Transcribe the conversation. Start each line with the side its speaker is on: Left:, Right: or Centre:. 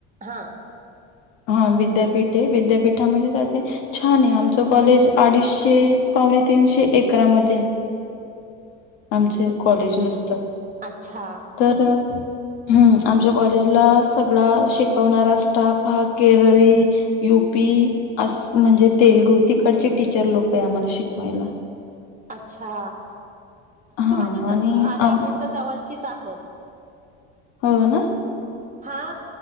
Right: हा.
Left: हा विद्यापीठ आहे विद्यापीठामध्ये जाते. छान आहे आमच कॉलेज अडीचशे ते पावणे तीनशे एकरामध्ये आहे. आमचे कॉलेज नुसतं
Right: अच्छा,
Left: तर हम्म आमच्या कॉलेजला सगळा शिकवणारा स्टाफ हा केरळ, यूपी युपी अस म्हणजे तेलगू तिकडचे टीचर लोक आहे आम्हाला शिकवायला.
Right: अच्छा
Left: हा
Right: तू माझ्या
Left: आणि
Right: अरे आपण
Left: आम
Right: तर जवळचीच आहोत.
Left: हो ना
Right: हा